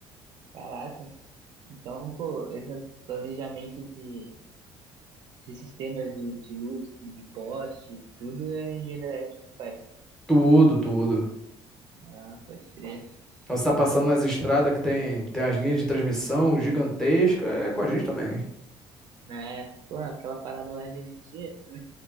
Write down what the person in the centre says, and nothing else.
Tudo, tudo.
Então, Você está
passando nas estradas que tem, tem as linhas de transmissão gigantescas, é com a gente também. <laughs>